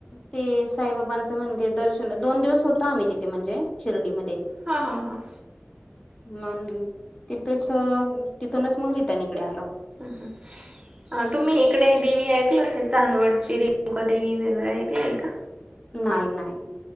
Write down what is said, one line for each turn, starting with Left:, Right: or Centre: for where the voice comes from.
Left: ते साईबाबांचं मंदिर दर्शन, दोन दिवस होतो आम्ही तिथे म्हणजे शिर्डीमध्ये.
Right: हा हा हा.
Left: मंग तिथंच, तिथूनच मग रिटर्न इकडे आलो.
Right: हं. हं. ह तुम्ही इकडे देवी ऐकल असेल. चांदवडची रेणुका देवी वगैरे ऐकलंय का,
Left: नाही नाही.